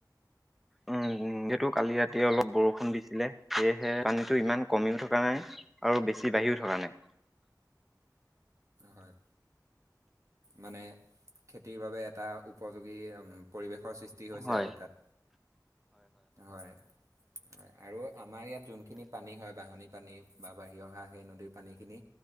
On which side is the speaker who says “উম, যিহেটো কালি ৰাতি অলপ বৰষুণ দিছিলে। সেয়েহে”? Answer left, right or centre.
Centre